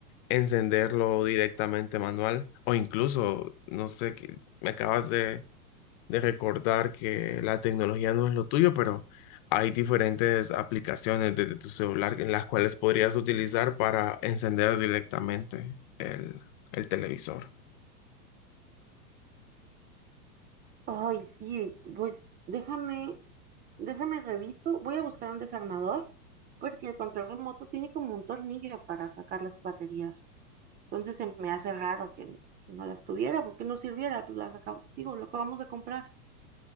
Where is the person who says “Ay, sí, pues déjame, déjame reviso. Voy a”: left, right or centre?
Right